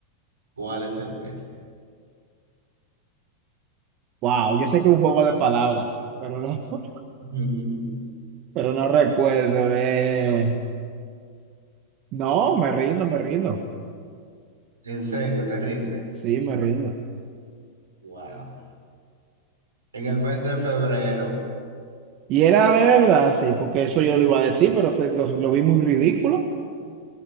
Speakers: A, on the right; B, on the right.
A: ¿Cuál es el mes?
B: Wow, yo sé que es un juego de palabras, pero no, <laughs>
A: <laughs>
B: pero no recuerdo de... No, me rindo, me rindo.
A: ¿En serio, te rinde?
B: Sí, me rindo.
A: Wow. En el mes de febrero.
B: Y era de verdad, sí, porque eso yo lo iba a decir, pero se- lo, lo vi muy ridículo,